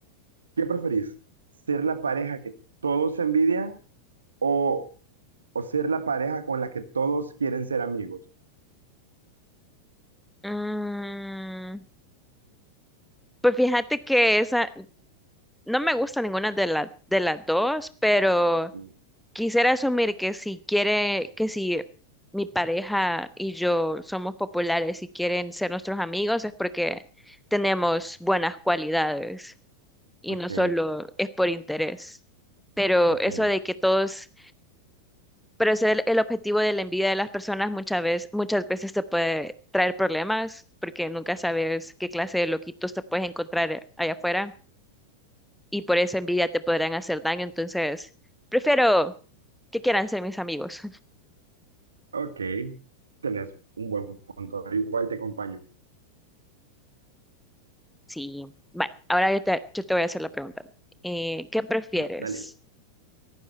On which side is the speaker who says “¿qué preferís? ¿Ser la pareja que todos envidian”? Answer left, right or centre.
Right